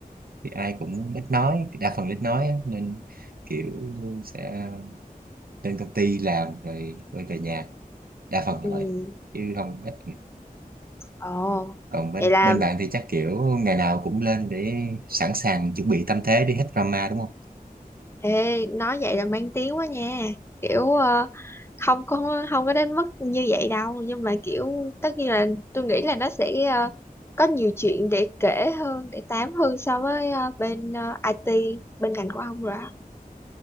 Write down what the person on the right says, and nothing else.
thì ai cũng ít nói đa phần ít nói á, nên kiểu sẽ lên công ty làm rồi rồi về nhà đa phần
là vậy chứ không ít người.
còn bên
bên bạn thì chắc kiểu ngày nào cũng lên để sẵn sàng chuẩn bị tâm thế đi hết drama đúng không